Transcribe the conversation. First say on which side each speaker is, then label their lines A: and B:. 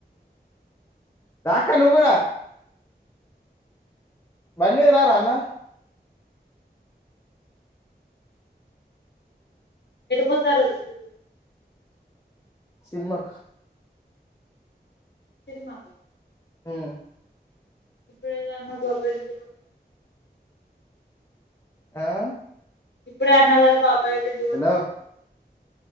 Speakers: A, on the left; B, on the left.
A: రా అక్క నువ్వు కూడా బడి రా రా అన్న
B: వస్తారు వాళ్ళు
A: ఉమ్మక్
B: సినిమాగా
A: మ్మ్
B: ఇప్పుడేగా అన్నావ్ బాబాయ్ వాళ్ళ ఇంటికి పోత అని
A: ఆ
B: ఇప్పుడే అన్నావ్ కదా బాబాయ వాళ్ళ ఇంటికి పోత
A: హలో
B: అని